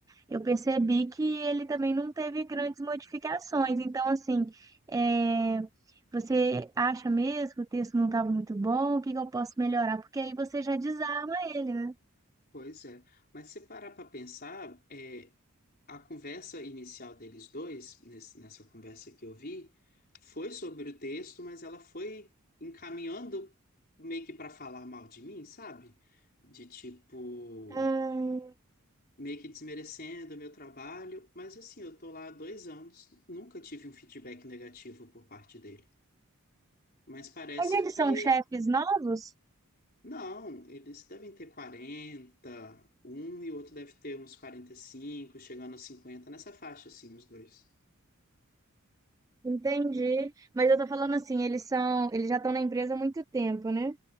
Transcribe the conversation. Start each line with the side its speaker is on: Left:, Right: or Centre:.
Right: eu percebi que ele também não teve grandes modificações. Então, assim. é, você acha mesmo que o texto não estava muito bom? O que que eu posso melhorar? Porque aí você já desarma ele, né?
Left: Pois é, mas se parar para pensar, é, a conversa inicial deles dois, nesse- nessa conversa que eu vi, foi sobre o texto, mas ela foi encaminhando meio que para falar mal de mim, sabe? De tipo,
Right: Hum,
Left: meio que desmerecendo o meu trabalho. Mas assim, eu tô lá há dois anos, nunca tive um feedback negativo por parte dele. Mas parece
Right: Mas eles
Left: que.
Right: são chefes novos?
Left: Não, eles devem ter quarenta um e o outro deve ter uns 45, chegando aos 50 nessa faixa, assim, os dois.
Right: entendi. Mas eu tô falando assim, eles são, eles já estão na empresa há muito tempo, né?